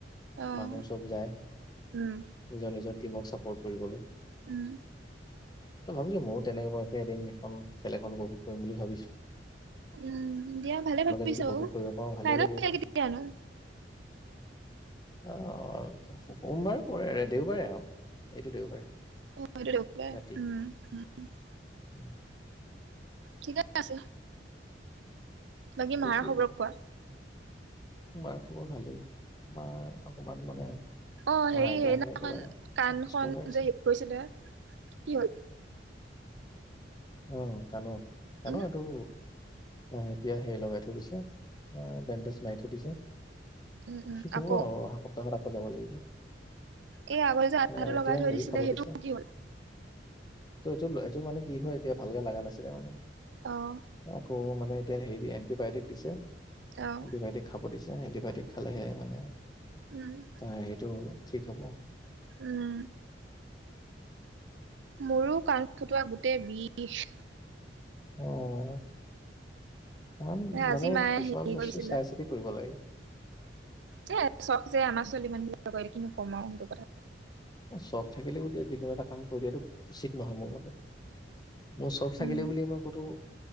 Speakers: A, on the right; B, on the left.
A: অ
B: মানুহ চব যায়।
A: উম,
B: নিজৰ নিজৰ টিমক চাপৰ্ট কৰিবলে।
A: উম।
B: ত ' ভাবিছোঁ ময়ো তেনেকে এদিন, এখন খেল এখন উপভোগ কৰিম বুলি ভাবিছোঁ।
A: উম' দিয়া ভালে ভাবিছ,
B: যদি উপভোগ কৰিব পাৰো
A: <unintelligible>
B: ভালে লাগিব
A: কেতিয়া নো।
B: অ' সোমবাৰ পৰে, দেওবাৰে আও, এইটো দেওবাৰে।
A: অ' এইটো দেওবাৰে,
B: ৰাতি
A: উম' উম'।
B: উম।
A: ঠিকে আছে, বাকী
B: সেইটোৱে
A: মাৰ খবৰ কোৱা?
B: মাৰ খবৰ ভালেই তোমাৰ অকমান মানে।
A: অ'
B: আমাৰ
A: হেৰি
B: আইতাহে
A: সেইদিনাখন
B: একেবাৰে
A: কাণ
B: অসুস্থ
A: খন
B: হৈ আছে
A: যে হেৰি কৰিছিলে কি হ'ল?
B: অহ কাণৰ কাণৰ
A: উম,
B: টো। আহ এতিয়া হেৰি লগাই থৈ দিছে বেণ্ডেজ মাৰি থৈ দিছে।
A: উম, উম,
B: ঠিক হ'ব
A: আকৌ
B: আৰু অহা সপ্তাহত আকৌ যাব লাগিব।
A: এই আগতে যে আঠাটো
B: হ এতিয়া
A: লগাই থৈ
B: হেৰি
A: দিছিলে
B: খাব
A: সেইটো
B: দিছে।
A: কি হ'ল?
B: টো এইটো সেইটো মানে কি হয় এতিয়া ভালকে লগা নাছিলে মানে।
A: অ'
B: আকৌ মানে এতিয়া হেৰি এণ্টিবায়টিক দিছে
A: অ',
B: এণ্টিবায়টিক। খাব দিছে এণ্টিবায়টিক খালেহে মানে।
A: উ'ম।
B: তাই এইটো ঠিক হ'ব।
A: উ'ম। মোৰো কাণ খটোৱা গোটেই বিষ।
B: অ' কাৰণ
A: আজি
B: মানে
A: মায়ে
B: কিছুমান
A: হেৰি
B: বস্তু
A: কৰিছিলে
B: চাই চিতি কৰিব লাগে।
A: যে চখ যে আমাৰ ছোৱালী মানুহবিলাক ক কিনি কম আৰু সেইটো কথা।
B: চখ থাকিলে বুলিয়ে যিকোনো এটা কাম কৰি দিয়াটো উচিত নহয় মোৰ মতে। মোৰ চখ লাগিলে
A: উম,
B: বুলি মই কতো